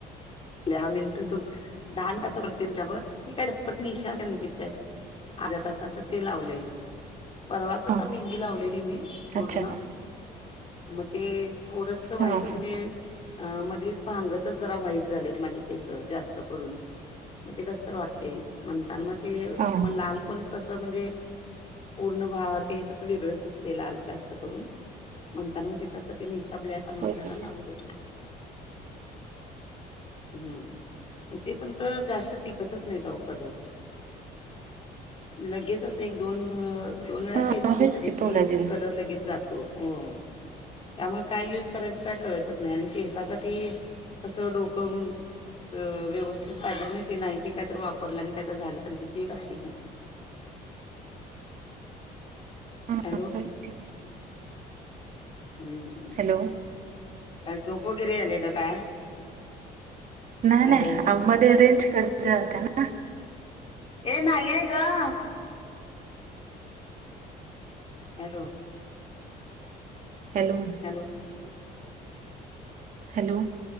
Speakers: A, on the left; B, on the right.
A: दहा मिनिट तुम, दहा मिनट आता बोलते तूमच्या वर ती काय पटपट निशा असेल णा तिथे अर्ध्या तासाच ते लावलय. परवाच आता
B: हां हां
A: मेहंदी लावलेली मी पूर्ण
B: अच्छा का
A: म ते थोडस वाईट
B: हां
A: म्हणजे
B: हां
A: अ मध्येच भांगतच जरा व्हाईट झालेत. माझी केस जास्त करून म ते कसतर वाटतय म्हणता न म ते
B: हां
A: म लाल पण कसं म्हणजे पूर्ण भा ते कसं वेगळच दिसतेय. लाल जास्त करून म्हणता न म तिथ आता ती निशा ब्लॅक आणून
B: होय
A: जरा
B: का
A: लावलय. हम्म. आणि ते पण त जास्त टिकतच नाहीत आहो कलर. लगेच असं एक दोन धुन दोन वेळा
B: हां
A: केस धुतली
B: होयच
A: की
B: थोडा दिवस
A: कलर लगेच जातो. हो त्यामुळ काय युज करायचं काय कळतच नाय आणि केसासाठी कसं डोकं व्यवस्थित पाहिजे ना, ते नाही ते कायतरं वापरलं आणि काय तर झालं तर भीती एक असते ती
B: हां
A: हॅलो,
B: होयच की
A: हम्म, हं
B: हॅलो
A: काय झोप वगैरे यालीय का काय?
B: नाही-
A: हॅलो
B: नाही आओ मध्ये रेंज जाते ना.
A: ये नाही ये गं हॅलो,
B: हॅलो,
A: हॅलो,
B: हॅलो,